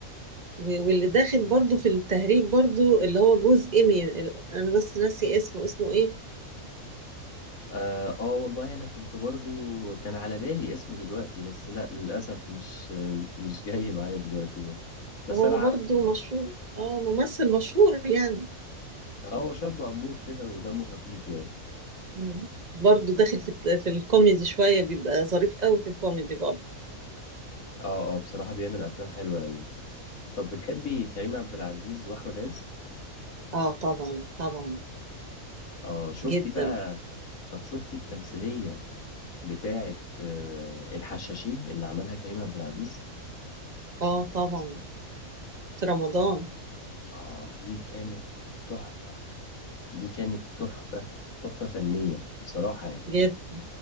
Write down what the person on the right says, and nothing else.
و- واللي داخل برضو في التهريج برضو اللي هو جوز ايمي ال- انا بس ناسي اسمه اسمه ايه
هو
برضو مشهور اه ممثل مشهور يعني
مم. برضو داخل في الت- في الكوميدي شويه بيبقى ظريف قوي في الكوميدي برضو
اه طبعا طبعا
جدا
اه طبعا في رمضان
جدا